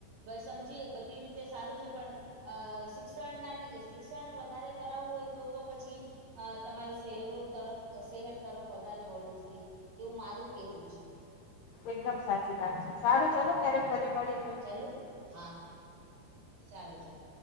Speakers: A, on the right; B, on the left.
A: બસ સમજીએ બધી રીતે સારું છે પણ. અ શિક્ષણ ના શિક્ષણ વધારે કરાવવું હોય તો પછી.. અ તમારે શહેરો તરફ શહેર તરફ વધારે વળવું જોઈએ. એવું મારું કહેવું છે.
B: એકદમ સાચી વાત છે. સારું ચલો મેડમ ત્યારે ફરી મળીએ.
A: ચાલો, હા, સારું ચલો.